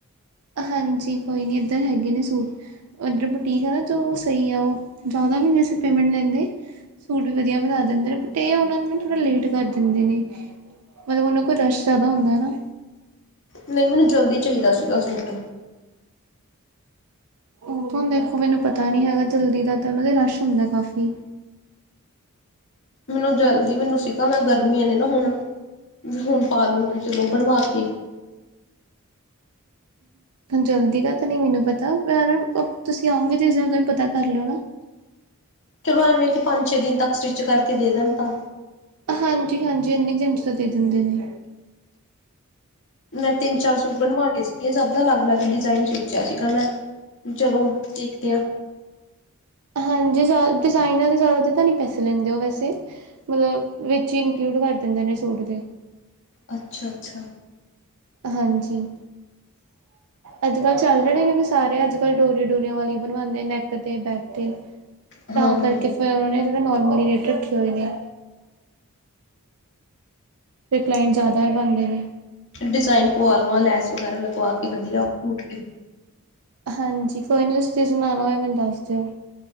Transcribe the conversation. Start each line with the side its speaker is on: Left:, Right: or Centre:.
Right: ਹਾਂਜੀ, ਕੋਈ ਨੀਂ ਏਧਰ ਹੈਗੇ ਨੇ ਸੂਟ। ਓ ਜੋ ਬੂਟੀਕ ਐ ਨਾਂ ਓ ਸਈ ਐ ਓਹ, ਜਾਦਾ ਵੀ ਨੀਂ ਸਪਲੀਮੈਂਟ ਲੈਂਦੇ। ਸੂਟ ਵਧੀਆ ਬਣਾ ਦਿੰਦੇ ਨੇ ਬਟ, ਏ ਐ ਓਨਾਂ ਨੂੰ ਥੋੜਾ ਲੇਟ ਕਰ ਦਿੰਦੇ ਨੇ। ਮਤਲਬ ਉਨਾਂ ਕੋਲ ਰਸ਼ ਜਾਦਾ ਹੁੰਦਾ ਹੁੰਦਾ ਨਾ।
Left: ਨਈ ਮੈਨੂੰ ਜਲਦੀ ਚਾਹੀਦਾ ਸੀਗਾ ਸੂਟ।
Right: ਹੁਨ ਤਾਨੂੰ ਦੇਖੋ ਮੈਨੂੰ ਪਤਾ ਨੀ ਹੈਗਾ ਜਲਦੀ ਦਾ ਤੇ ਓਨਾਂ ਦੇ ਰਸ਼ ਹੁੰਦਾ ਕਾਫੀ।
Left: ਨੂੰ ਜਲਦੀ ਮੇਨੂੰ ਸੀਗਾ ਮੇਨੂੰ ਗਰਮੀਆਂ ਨੇ ਨਾ ਹੁਣ। ਹੁਣ ਪਾ ਲੂ ਗੀ ਚਲੋ ਬਨਵਾਕੇ।
Right: ਜਲਦੀ ਦਾ ਤਾਂ ਨਈ ਮੈਨੂੰ ਪਤਾ, ਪਰ ਤੁਸੀਂ ਆਉਂਗੇ ਸੀ ਜੇਸ ਦੇਨ ਪਤਾ ਕਰ ਲੇਓ ਨਾ।
Left: ਚਲੋ ਪੰਜ-ਛੇ ਦਿਨ ਤੱਕ ਸਟੀਚ ਕਰਕੇ ਦੇ ਦੇਣ ਤਾਂ।
Right: ਹਾਂਜੀ-ਹਾਂਜੀ ਏਨੀ <unintelligible> ਦੇ ਦੇਂਦੇ ਨੇ।
Left: ਮੈਂ ਤਿਨ-ਚਾਰ ਸੂਟ ਬਣਵਾ ਲੇ ਸੀਗੇ ਸਬ ਲਗ-ਲਗ ਡੀਜੈਨ ਸੋਚੇਆ ਸੀਗਾ ਮੈਂ, ਚਲੋ ਦੇਖਤੇ ਐ
Right: ਹਾਂਜੀ ਸਾ ਡੀਜਾਈਨਾ ਦੀ ਜਾਦਾ ਤੇ ਤਾਂ ਨੀ ਪੈਸੇ ਲੈਂਦੇ ਓ ਵੈਸੇ, ਮਲਵ ਵਿਚ ਈਨਕਲੂਡ ਕਰ ਦੇਂਦੇ ਨੇ ਸੂਟ ਦੇ।
Left: ਅੱਛਾ-ਅੱਛਾ।
Right: ਹਾਂਜੀ।
Left: <inaudible>
Right: ਅੱਜ-ਕੱਲ ਚੱਲ ਰੇ ਨੇਂ ਕੇਓਕਿ ਸਾਰੇ ਅੱਜ-ਕੱਲ ਡੋਰੀ ਡੋਰੀਆਂ ਵਾਲੀ ਬਣਵਾਂਦੇ ਨੈਕ ਤੇ, ਬੈਕ ਤੇ।
Left: ਹਾਂ
Right: ਤਾਂ
Left: ਹਮ
Right: ਕਰਕੇ ਫੇਰ ਓਨਾਂ ਨੇ ਥੋੜੇ ਨੋਰਮਲੀ ਰੇਟ ਰੱਖੇ ਹੋਏ ਨੇ। ਤੇ ਕਲੈਟ ਜਾਦਾ ਬਨਦੇ ਨੇ।
Left: ਡੀਜ਼ਾਇਨ ਪੁਆ ਲਵਾਂ, ਲੈਸ ਵਗੈਰਾ ਲਗਵਾ ਕੇ ਵਧੀਆ ਸੂਟ ਤੇ
Right: ਹਾਂਜੀ, ਕੋਈ ਨੀਂ ਤੁਸੀਂ ਸਮਾਣਾ ਹੋਏਆ, ਮੈਨੂੰ ਦੱਸ ਦੇਓ।